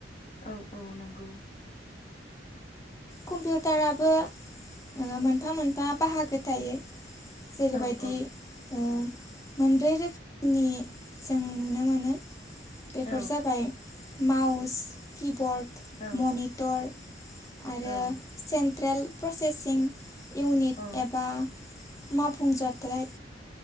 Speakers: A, on the left (about 35°); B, on the left (about 15°).
A: औ औ नंगौ
B: कम्पिउटाराबो ओ मोनफा मोनफा बाहागो थायो जेरैबायदि
A: औ औ
B: ओ मोनब्रै रोखोमनि जों नुनो मोनो बेफोर
A: औ
B: जाबाय मउस कि बर्ड
A: औ
B: मनिटर
A: औ
B: सेनट्रेल प्रसेसिं इउनिट
A: औ
B: एबा <unintelligible> ओम्रफ्राय